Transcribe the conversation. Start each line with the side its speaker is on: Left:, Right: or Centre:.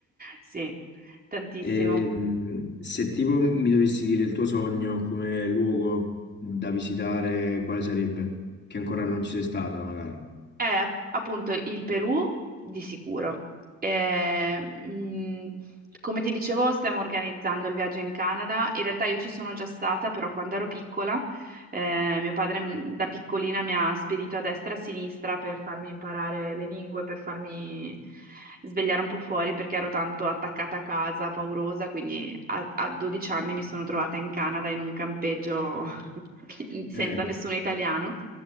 Right: Sì, tantissimo.
Left: Ehm, se tipo mi dovessi dire il tuo sogno come luogo da visitare, quale sarebbe? Che ancora non ci sei stata, magari.
Right: È appunto il Perù di sicuro. Eh, mh, come ti dicevo, stiamo organizzando il viaggio in Canada. In realtà io ci sono già stata, però quando ero piccola, eh, mio padre mh, da piccolina mi ha spedito a destra e a sinistra per farmi imparare le lingue, per farmi svegliare un po' fuori perché ero tanto attaccata a casa, paurosa, quindi a, a 12 anni mi sono trovata in Canada in un campeggio <laughs> senza
Left: Eh,
Right: nessuno italiano